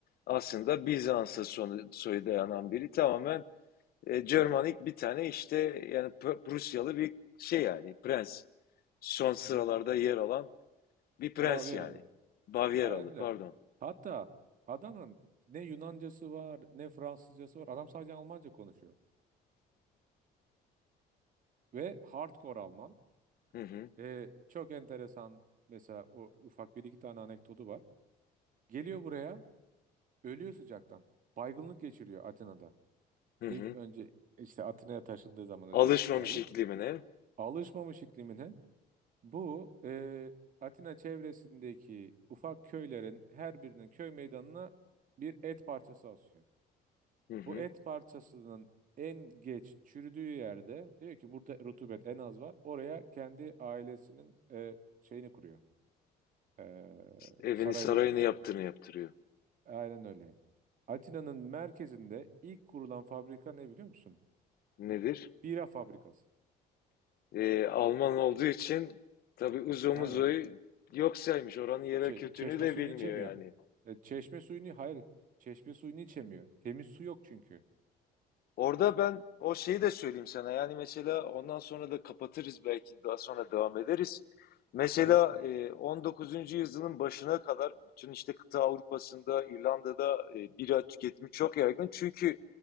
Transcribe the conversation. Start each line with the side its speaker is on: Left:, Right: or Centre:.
Left: aslında Bizans'a sonu- soyu dayanan biri tamamen e, Germanik bir tane işte yani Pr- Prusyalı bir şey yani prens. Son sıralarda
Right: Hı hı.
Left: yer alan bir prens
Right: Bavyeralı.
Left: yani. Bavyeralı
Right: Aynen öyle.
Left: pardon.
Right: Hatta adamın ne Yunancası var ne Fransızcası var. Adam sadece Almanca konuşuyor. Ve hardcore Alman.
Left: Hı hı,
Right: Ee, çok enteresan mesela o ufak bir iki tane anekdotu var. Geliyor buraya ölüyor sıcaktan. Baygınlık geçiriyor Atina'da.
Left: hı
Right: İlk
Left: hı.
Right: önce işte Atina'ya taşındığı zaman özellikle
Left: Alışmamış
Right: krallık.
Left: iklimine.
Right: Alışmamış iklimine. Bu e, Atina çevresindeki ufak köylerin her birinin köy meydanına bir et parçası asıyor.
Left: Hı hı.
Right: Bu et parçasının en geç çürüdüğü yerde diyor ki burada rutubet en az var. Oraya kendi ailesinin e, şeyini kuruyor. E,
Left: Evini
Right: sarayını
Left: sarayını
Right: kuruyor.
Left: yaptığını yaptırıyor.
Right: Aynen öyle. Atina'nın merkezinde ilk kurulan fabrika ne biliyor musun?
Left: Nedir?
Right: Bira fabrikası.
Left: Ee, Alman olduğu için tabii uzun
Right: Aynen.
Left: uzoyu yok saymış. Oranın yerel
Right: Çe-
Left: kültürünü
Right: çeşme
Left: de
Right: suyunu
Left: bilmiyor
Right: içemiyor.
Left: yani.
Right: E, çeşme suyunu hayır. Çeşme suyunu içemiyor. Temiz su yok çünkü.
Left: Orada ben o şeyi de söyleyeyim sana. Yani mesela ondan sonra da kapatırız belki daha sonra devam ederiz. Mesela
Right: Hı hı.
Left: e, 19. yüzyılın başına kadar bütün işte kıta Avrupa'sında, İrlanda'da e, bira tüketimi çok yaygın. Çünkü